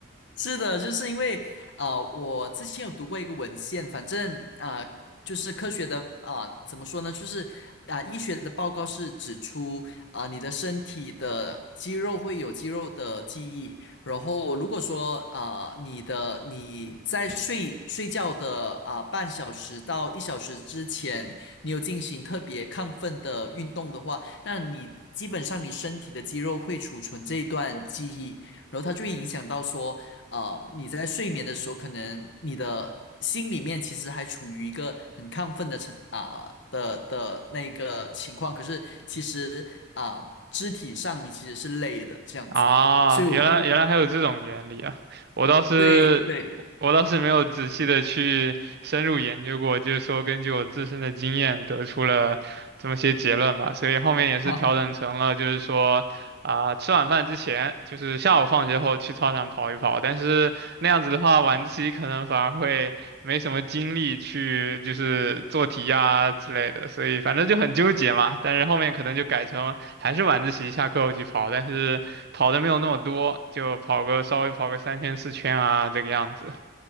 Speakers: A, on the left; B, on the right.
A: 是的，就是因为呃，我之前有读过一个文献，反正呃，就是科学的啊、呃怎么说呢？就是啊、呃医学的报告是指出啊、呃你的身体的肌肉会有肌肉的记忆，然后如果说啊、呃你的你在睡睡觉的啊、呃半小时到一小时之前，你有进行特别亢奋的运动的话，那你基本上你身体的肌肉会储存这一段记忆，然后它就会影响到说。啊，你在睡眠的时候，可能你的心里面其实还处于一个很亢奋的成啊、的的那个情况，可是其实啊、肢体上你其实是累的这样子，
B: 啊，
A: 所以我就
B: 原来原来还有这种原理啊！我倒是我倒是没有仔细的去深入研究过，
A: 对对，
B: 就是说根据我自身的经验得出了这么些结论吧，所以后面也是调整成了就是说啊、
A: <laughs> 哈，
B: 吃晚饭之前，就是下午放学后去操场跑一跑，但是那样子的话，晚自习可能反而会没什么精力去就是做题呀、之类的，所以反正就很纠结嘛。但是后面可能就改成还是晚自习下课后去跑，但是。跑的没有那么多，就跑个稍微跑个三圈四圈啊，这个样子